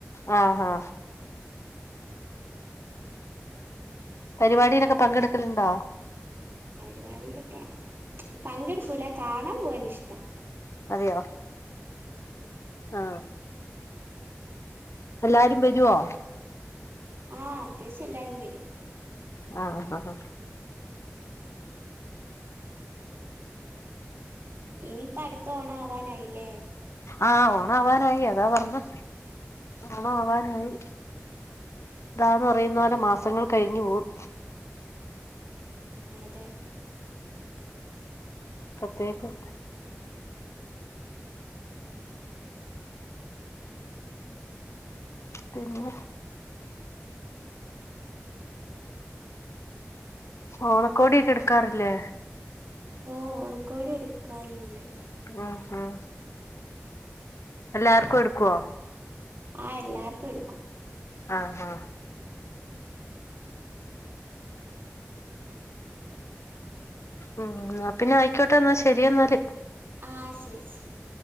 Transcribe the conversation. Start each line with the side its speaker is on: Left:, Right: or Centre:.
Left: ആ ആ പരിപാടിയിലൊക്കെ പങ്കെടുക്കലുണ്ടോ
Right: പരിപാടിയിലൊക്കെ ച്ചും പങ്കെടുക്കൂല്യാ കാണാൻ പോവാൻ ഇഷ്ടാ
Left: തിയോ ആ എല്ലാരും വെരുവോ
Right: ആ അത്യാവശ്യം എല്ലാരും വരും
Left: ആ ആ ഹ ഹ
Right: ഇനി ഇംപ്പ അട്ത്ത ഓണം ആവാനായില്ലേ
Left: ആ ഓണം ആവാനായി അതാ പറഞ്ഞേ ഓണം ആവാനായി ഇതാന്ന് പറെയന്ന പോലെ മാസങ്ങൾ കഴിഞ്ഞ് പോവും
Right: അതെ
Left: അപ്പെത്തേക്കും പിന്നെ ഓണക്കോടിയൊക്കെ എട്ക്കാറില്ലേ
Right: ഓ ഓണക്കോടി എടുക്കാല്ണ്ട്
Left: ഉം ഉം എല്ലാർക്കും എടുക്കുവോ
Right: ആ എല്ലാർക്കും എടുക്കും
Left: ആ ആ ഉം ഉം ആ പിന്നെ ആയിക്കോട്ടെ എന്നാ ശെരി എന്നാല്
Right: ആശെരി ശെരി